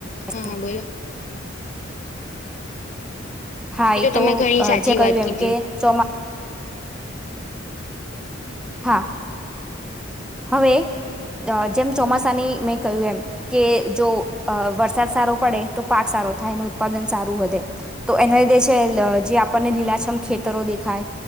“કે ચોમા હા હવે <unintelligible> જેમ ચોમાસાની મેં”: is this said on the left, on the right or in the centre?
Centre